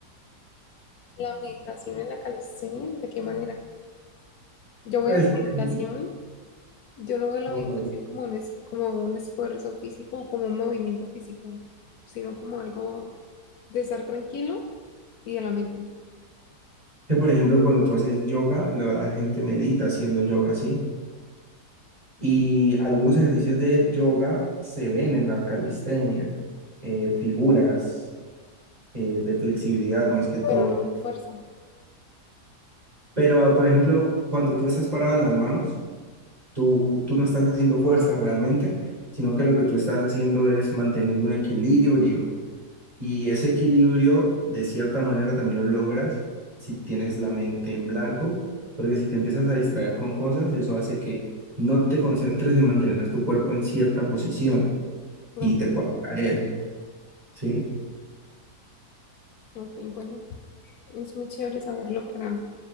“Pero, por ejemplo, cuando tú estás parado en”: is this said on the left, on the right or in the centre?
Right